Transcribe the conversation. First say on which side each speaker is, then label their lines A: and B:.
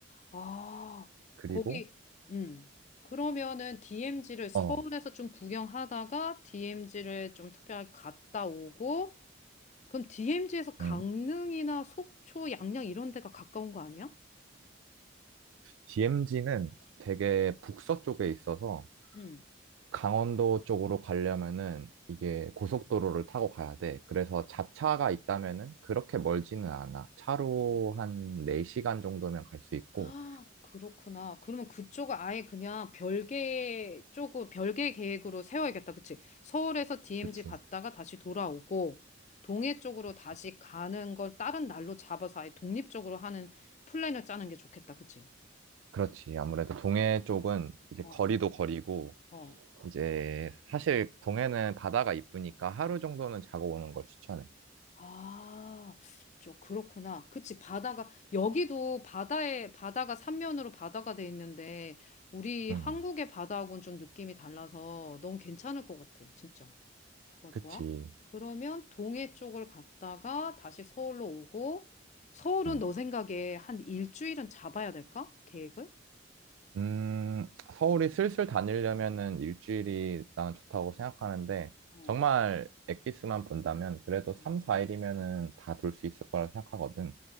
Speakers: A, on the left; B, on the right.
A: 아,
B: 그리고,
A: 거기, 음. 그러면은 DMZ를 서울에서
B: 어,
A: 좀 구경하다가 DMZ를 좀 특별하게 갔다 오고, 그럼 DMZ에서 강릉이나
B: 음,
A: 속초, 양양 이런 데가 가까운 거 아니야?
B: DMZ는 되게 북서 쪽에 있어서,
A: 음.
B: 강원도 쪽으로 가려면은 이게 고속도로를 타고 가야 돼. 그래서 자차가 있다면은 그렇게 멀지는 않아. 차로
A: 아.
B: 한 4시간 정도면 갈 수 있고.
A: 아, 그렇구나. 그러면 그쪽은 아예 그냥 별개 쪽으로, 별개 계획으로 세워야겠다. 그치? 서울에서 DMZ
B: 그치,
A: 갔다가 다시 돌아오고, 동해 쪽으로
B: 그치.
A: 다시 가는 걸 다른 날로 잡아서 아예 독립적으로 하는 플랜을 짜는 게 좋겠다. 그치?
B: 그렇지. 아무래도 동해 쪽은 이제
A: 어,
B: 거리도 거리고,
A: 어.
B: 이제 사실 동해는 바다가 이쁘니까 하루 정도는 자고 오는 걸 추천해.
A: 아, 좀 그렇구나. 그치? 바다가, 여기도 바다에, 바다가 삼면으로 바다가 돼 있는데, 우리
B: 음,
A: 한국의 바다하고는 좀 느낌이 달라서 너무 괜찮을 것 같아. 진짜. 좋아,
B: 그치.
A: 좋아. 그러면 동해 쪽을 갔다가 다시 서울로 오고, 서울은
B: 음.
A: 너 생각에 한 일주일은 잡아야 될까? 계획을?
B: 음, 서울이 슬슬 다니려면은 일주일이 난 좋다고 생각하는데,
A: 어.
B: 정말 엑기스만 본다면 그래도 3,
A: 음.
B: 4일이면은 다 돌 수 있을 거라 생각하거든.